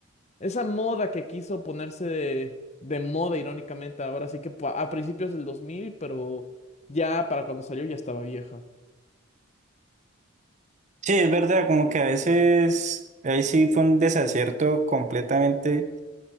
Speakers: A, on the left; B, on the right.
A: Esa moda que quiso ponerse de, de moda, irónicamente, ahora sí que pa- a principios del dos mil pero ya para cuando salió ya estaba vieja.
B: Sí, es verdad, como que a veces ahí sí fue un desacierto completamente